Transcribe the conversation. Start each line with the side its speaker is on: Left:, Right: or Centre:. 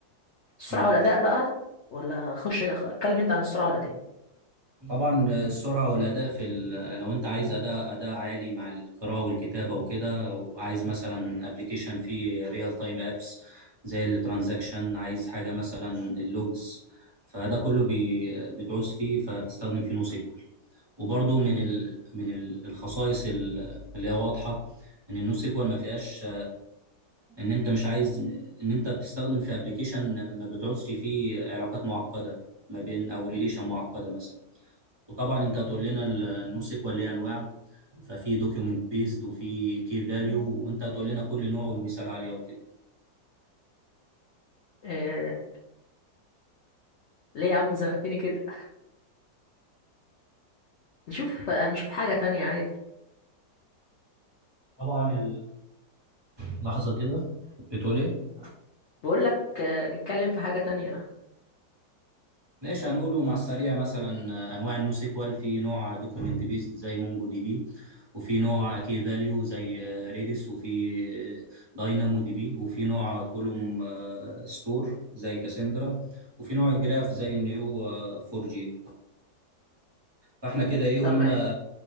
Left: السرعة
Right: مم.
Left: والأداء بقى ولا خش اتكلم أنت عن السرعة والأداء
Right: طبعا السرعه والاداء في ال... لو انت عايز اداء اداء عالي مع القراءه والكتابه وكده وعايز مثلا ابلكيشن فيه ريال تايم ابس زي الترانزاكشن عايز حاجه مثلا اللوجز فده كله بي... بتعوز فيه فبتستخدم فيه نو سيكوال وبرضه من ال... من ال- الخصائص ال- اللي هي واضحه ان النو سيكوال ما فيهاش ان انت مش عايز ان انت بتستخدم في ابلكيشن ما بتعوزش فيه علاقات معقده ما بين او ريليشن معقده مثلا وطبعا انت هتقول لنا النو سيكوال ليه انواع ففي دوكيومنت بيزد وفي كي فاليو وانت هتقول لنا كل نوع والمثال عليه وكده
Left: آه ليه يا عم زنقتني كده نشوف آه، نشوف حاجة تانية عادي
Right: طبعا اللحظه كده بتقول ايه
Left: بقول لك آه، نتكلم في حاجة تانية
Right: ماشي هنقوله مع السريع مثلا انواع النو سيكوال في نوع دوكيومنت بيزد زي مونجو دي بي وفي نوع كي فاليو زي ريدس وفي داينامو دي بي وفي نوع كولوم ستور زي كاسندرا وفي نوع جراف زي النيو 4 جي فاحنا كده ايه قلنا
Left: تمام